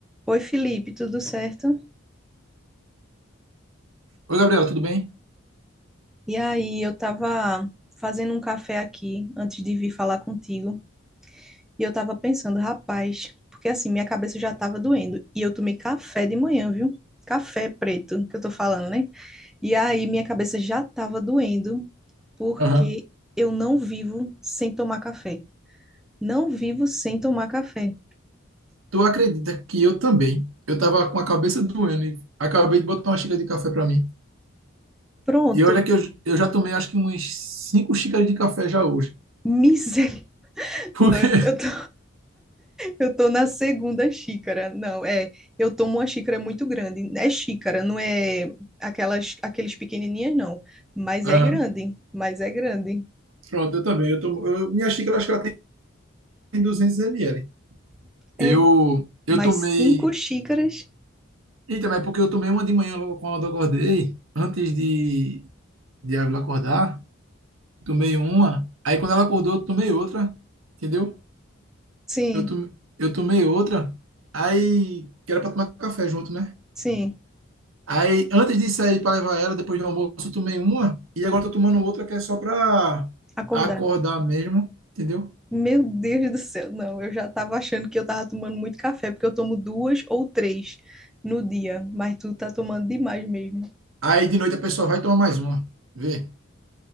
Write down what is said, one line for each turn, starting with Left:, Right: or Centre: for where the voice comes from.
Centre: Oi, Felipe, tudo certo?
Right: Oi, Gabriela, tudo bem?
Centre: E aí, eu tava fazendo um café aqui antes de vir falar contigo, e eu tava pensando, rapaz, porque assim, minha cabeça já tava doendo, e eu tomei café de manhã, viu? Café preto, que eu tô falando, né? E aí, minha cabeça já tava doendo, porque
Right: Aham.
Centre: eu não vivo sem tomar café. Não vivo sem tomar café.
Right: Tu acredita que eu também? Eu tava com a cabeça doendo e acabei de botar uma xícara de café para mim.
Centre: Pronto,
Right: E olha que eu, eu já tomei acho que umas cinco xícaras de café já hoje.
Centre: misericórdia. <laughs>
Right: Porque.
Centre: Não, eu eu tô Eu tô na segunda xícara. Não, é, eu tomo uma xícara muito grande. É xícara, não é aquelas aqueles pequenininhas não, mas
Right: <laughs>
Centre: é
Right: Aham.
Centre: grande, mas é grande.
Right: Pronto, eu também. Eu tomo, eu- minha xícara acho que ela tem 200 ml. Eu,
Centre: É
Right: eu
Centre: mais
Right: tomei.
Centre: cinco xícaras.
Right: Eita, mas é porque eu tomei uma de manhã logo quando eu acordei, antes de, de ela acordar. Tomei uma. Aí quando ela acordou, eu tomei outra. Entendeu?
Centre: Sim,
Right: Eu, to- eu tomei outra, aí, que era pra tomar café junto, né?
Centre: sim,
Right: Aí, antes de sair pra levar ela, depois do almoço, eu tomei uma, e agora tô tomando outra que é só pra
Centre: acordar.
Right: acordar mesmo, entendeu?
Centre: Meu Deus do céu, não, eu já tava achando que eu tava tomando muito café, porque eu tomo duas ou três no dia, mas tu tá tomando demais mesmo.
Right: Aí, de noite, a pessoa vai tomar mais uma. Vê,